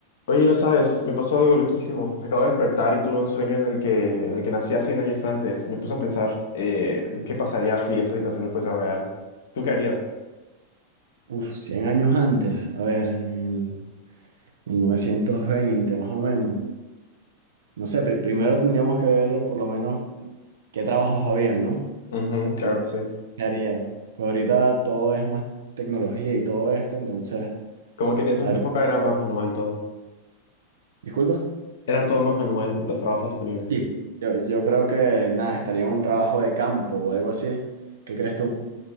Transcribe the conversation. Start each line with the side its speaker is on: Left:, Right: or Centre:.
Left: Oye, no sabes, me pasó algo loquísimo. Me acabo de despertar y tuve un sueño en el que, en el que nací a 100 años antes. Y me puse a pensar, eh, ¿qué pasaría si esa situación no fuese real? ¿Tú qué harías?
Right: Uf, 100 años antes, a ver, en el 1920 más o menos. No sé, pri- primero tendríamos que ver eh, por lo menos qué trabajos habían, ¿no?
Left: Ujú, claro,
Right: Y
Left: sí.
Right: qué haría. Pues ahorita todo es más tecnología y todo esto, entonces...
Left: Como que en esa
Right: habría
Left: época era
Right: que
Left: más
Right: ver.
Left: manual todo.
Right: Disculpa.
Left: Era todo más manual, los trabajos disponibles.
Right: Sí. Yo, yo creo que, nada, estaría un trabajo de campo o algo así. ¿Qué crees tú?